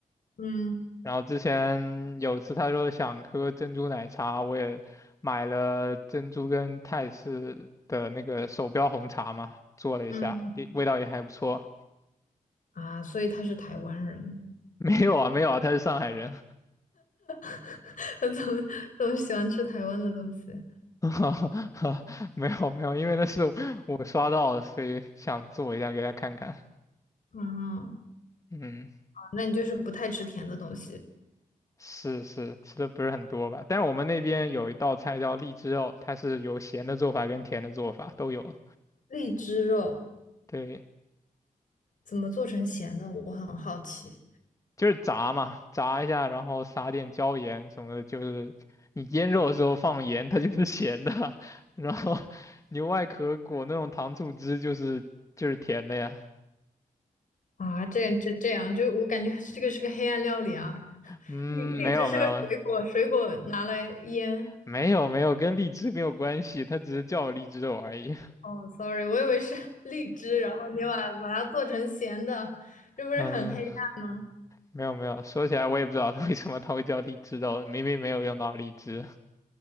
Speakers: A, on the left (about 65°); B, on the left (about 20°).
A: 嗯
B: 然后之前有次她说想喝珍珠奶茶，我也买了珍珠跟泰式的那个手标红茶嘛，做了一下，
A: 嗯
B: 也味道也还不错。
A: 啊，所以他是台湾人。
B: <laughs> 没有啊，没有啊，他是上海人。
A: <laughs> 我总总 <laughs> 喜欢吃台湾的东西。
B: <laughs> 哈哈哈，<laughs> 没有没有，因为那是我刷到的，所以想做一下给他看看。
A: 嗯，
B: 嗯，
A: 啊那你就是不太吃甜的东西。
B: 是是，吃的不是很多吧？但我们那边有一道菜叫荔枝肉，它是有咸的做法跟甜的做法都有。
A: 荔枝肉
B: 对，
A: 怎么做成咸的？我很好奇。
B: 就是炸嘛，炸一下，然后撒点椒盐什么的，就是你腌肉的时候放盐，它就是咸的，<laughs> 然后牛外壳裹那种糖醋汁，就是就是甜的呀。
A: 啊，这这这样，就我感觉这个是个黑暗料理啊。
B: 嗯，
A: 荔荔枝是个水果，
B: 没有没有，
A: 水果拿来腌。
B: 没有没有，跟荔枝没有关系，它只是叫我荔枝肉而已。
A: 哦，sorry，我以为是 <laughs> 荔枝，然后你把把它做成咸的，这不是很黑暗吗？
B: <laughs> 嗯，没有没有，说起来我也不知道它为什么它会叫荔枝肉，明明没有用到荔枝